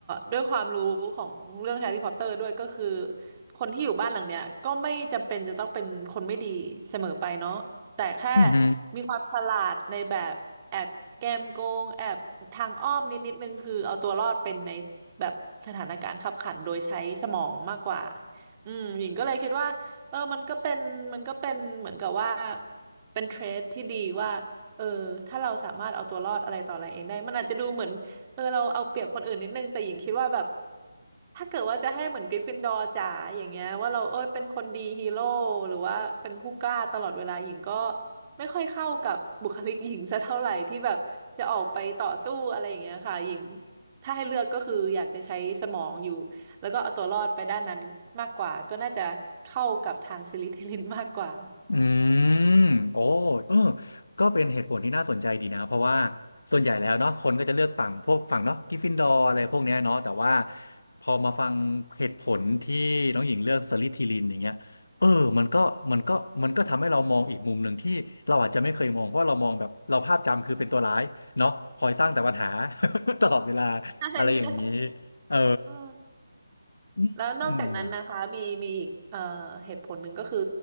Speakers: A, on the right; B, on the left.
A: ด้วยความรู้ของเรื่องแฮร์รี่พอตเตอร์ด้วยก็คือคนที่อยู่บ้านหลังเนี้ยก็ไม่จำเป็นจะต้องเป็นคนไม่ดีเสมอไปเนาะแต่แค่
B: อืม
A: มีความฉลาดในแบบแอบแกมโกงแอบทางอ้อมนิดนิดนึงคือเอาตัวรอดเป็นในแบบสถานการณ์ขับขันโดยใช้สมองมากกว่าอืมหญิงก็เลยคิดว่าเออมันก็เป็นมันก็เป็นเหมือนกับว่าเป็นเทรดที่ดีว่าเออถ้าเราสามารถเอาตัวรอดอะไรต่ออะไรเองได้มันอาจจะดูเหมือน เออเราเอาเปรียบคนอื่นนิดนึงแต่หญิงคิดว่าแบบถ้าเกิดว่าจะให้เหมือนกริฟฟินดอร์จ๋าอย่างเงี้ยว่าเราเอ้ยเป็นคนดีฮีโร่หรือว่าเป็นผู้กล้าตลอดเวลาหญิงก็ไม่ค่อยเข้ากับบุคลิกหญิงสักเท่าไหร่ที่แบบจะออกไปต่อสู้อะไรอย่างเงี้ยค่ะหญิงถ้าให้เลือกก็คืออยากจะใช้สมองอยู่แล้วก็เอาตัวรอดไปด้านนั้นมากกว่าก็น่าจะเข้ากับทางซิลิเทลินมากกว่า
B: อืมโอ้เออก็เป็นเหตุผลที่น่าสนใจดีนะเพราะว่าส่วนใหญ่แล้วเนาะคนก็จะเลือกฝั่งพวกฝั่งเนาะกริฟฟินดอร์อะไรพวกเนี้ยเนาะแต่ว่าพอมาฟังเหตุผลที่น้องหญิงเลือกสลิธีรินอย่างเงี้ยเออมันก็มันก็มันก็ทำให้เรามองอีกมุมหนึ่งที่เราอาจจะไม่เคยมองเพราะเรามองแบบเราภาพจำคือเป็นตัวร้ายเนาะคอยสร้างแต่ปัญหา
A: อืม
B: <laughs> ตลอดเวลา
A: ใช่ใช่
B: อะไรอย่างนี้เออ
A: เออ
B: อืม
A: แล้วนอกจากนั้นนะคะมีมีอีกเอ่อเหตุผลหนึ่งก็คือ